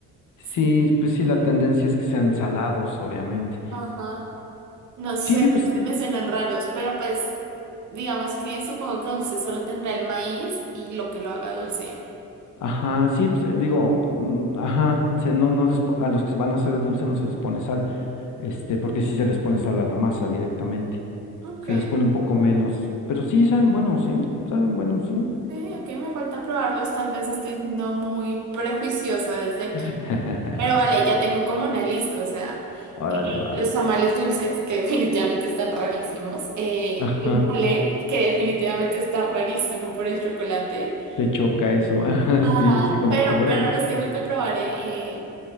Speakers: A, on the left; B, on the right.
A: sí,
B: Sí,
A: pues sí, la tendencia es que sean salados, obviamente.
B: ajá. No sé,
A: Sí, pues,
B: se me suenan raros, pero pues digamos que supongo que dulce solo tendrá el maíz y lo que lo haga dulce.
A: ajá, sí, pues, eh, digo, mm, ajá, se- no, no les, po- a los que se van a hacer de dulce no se les pone sal, este, porque sí se les pone sal a la masa directamente.
B: Ok.
A: Se les pone un poco menos, pero sí saben buenos, ¿eh? Saben buenos, sí.
B: Ok, ok, me falta probarlos. Tal vez estoy siendo muy prejuiciosa desde aquí.
A: <laughs>
B: Pero vale, ya tengo como una lista, o sea,
A: Órale,
B: eh,
A: va.
B: los tamales dulces, que <laughs> definitivamente están rarísimos, eh,
A: Ajá,
B: el mole, que definitivamente está rarísimo por el chocolate,
A: te choca eso. <laughs> Ajá,
B: Ajá,
A: sí, sí, como
B: pero,
A: que órale.
B: pero los tengo que probar, ¿eh? Eh,